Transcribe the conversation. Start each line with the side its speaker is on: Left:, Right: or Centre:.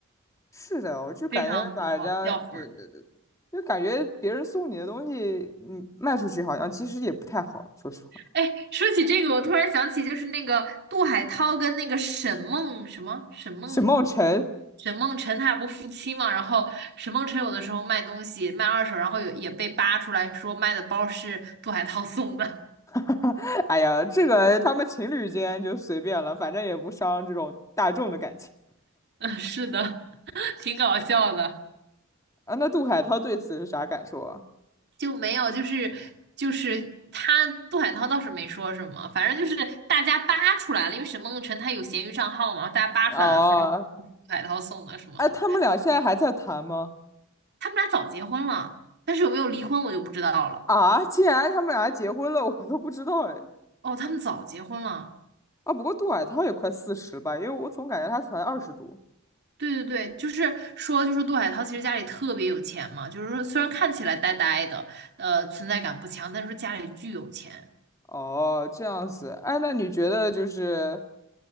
Left: 是的，我就感觉把人家，
Right: 非常不好，掉粉儿。
Left: 对对对，就感觉别人送你的东西，你卖出去好像其实也不太好，说实话。
Right: 哎，说起这个，我突然想起，就是那个杜海涛跟那个沈梦什么沈梦
Left: 沈梦辰，
Right: 沈梦辰，他俩不夫妻嘛？然后沈梦辰有的时候卖东西卖二手，然后有也被扒出来说卖的包是杜海涛送的。
Left: <laughs> 哎呀，这个他们情侣间就随便了，反正也不伤这种大众的感情。
Right: <laughs> 嗯，是的，<laughs> 挺搞笑的。
Left: 啊，那杜海涛对此是啥感受啊？
Right: 就没有，就是就是他杜海涛倒是没说什么，反正就是大家扒出来了，因为沈梦辰他有闲鱼账号嘛，大家扒出来了说这个杜海涛送的什么的。
Left: 哦，哎，他们俩现在还在谈吗？
Right: 他们俩早结婚了，但是有没有离婚我就不知道了。
Left: 啊，竟然他们俩还结婚了，我都不知道哎。
Right: 哦，他们早结婚了。
Left: 啊，不过杜海涛也快四十吧，因为我总感觉他才二十多。
Right: 对对对，就是说，就是杜海涛其实家里特别有钱嘛，就是说虽然看起来呆呆的，呃，存在感不强，但是说家里巨有钱。
Left: 哦，这样子。哎，那你觉得就是